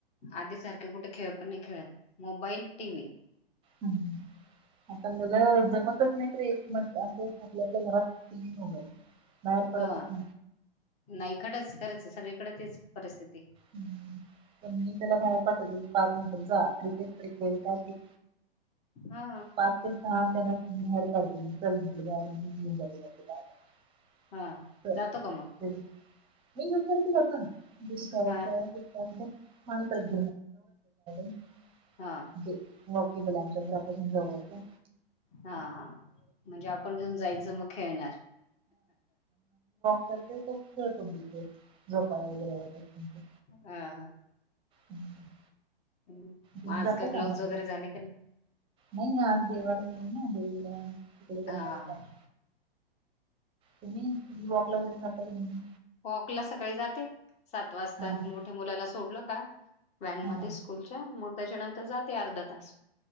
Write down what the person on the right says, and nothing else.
हम्म. आता मुलं जमतच नाहीत तर एक म असं आपल्या आपल्या घरात टि. TV, mobile. बाहेर पडतच
नाही
हम्म. पण मी त्याला बाहेर पाठतते पाच नंतर जा क्रिकेट तरी खेळ काय क्रिक
पाच ते सहा त्याला बाहेर काढते मी <unintelligible>
चल
खेळ. <unintelligible>
<unintelligible> गार्डन म्हणजे
ते बोल्या आमच्या घरापासून जवळचंय.
तर ते <unintelligible> झोपाळा वगैरे हाय ते.
हम्म.
तुम्ही
जाता
मग
नाही आज देवाला गेलो ना देवीला तिकडे जावून
आलो त्यामुळं. तुम्ही तुम्ही वॉकला वगैरे जाताय की नाही?
हां, हां.
हां,